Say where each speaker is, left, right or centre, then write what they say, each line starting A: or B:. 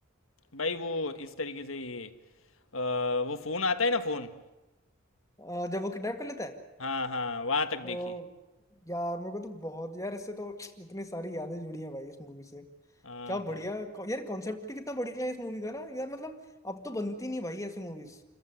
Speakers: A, on the left; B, on the left.
A: भाई वो इस तरीके से ये अ, वो फ़ोन आता है ना फ़ोन
B: अ, जब वो किडनैप कर लेता है
A: हाँ हाँ वहाँ तक
B: ओ
A: देखी
B: यार मेरे को तो बहुत यार इससे तो इतनी सारी यादें जुड़ी हैं भाई इस मूवी से
A: हाँ
B: क्या बढ़िया
A: भाई
B: को- यार कॉन्सेप्ट ही कितना बढ़िया है इस मूवी का ना यार मतलब अब तो बनती नहीं भाई ऐसी मूवीज